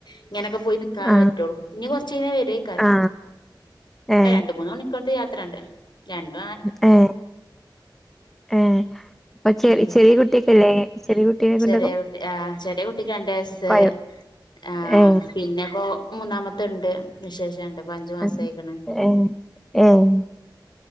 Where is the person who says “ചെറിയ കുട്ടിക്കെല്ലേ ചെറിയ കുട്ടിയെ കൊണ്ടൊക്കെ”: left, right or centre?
Centre